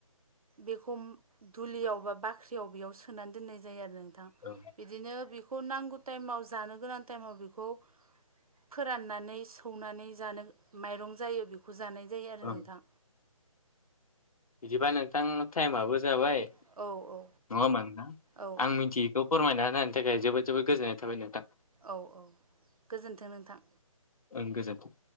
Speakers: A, on the right; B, on the left.
A: बेखौ दुलियाव बा बाख्रियाव बेयाव स नोनानै दोननाय जायो आरो नोंथां
B: औ
A: बिदिनो बेखौ नांगौ टाइमाव जानो गोनां टाइमाव बेखौ फोराननानै सौनानै जानो माइरं जायो बेखौ जानाय जायो आरो
B: ओं
A: नोंथां
B: बिदिबा नोंथां टाइमाबो जाबाय। नङा
A: औ औ
B: होमबा नथा
A: औ
B: आं मिथियैखौ फोरमायना होनायनि थाखाय जोबोद जोबोद गोजोननाय थाबाय नोंथां
A: औ औ गोजोन्थों नोंथां
B: ओं गोजोनथों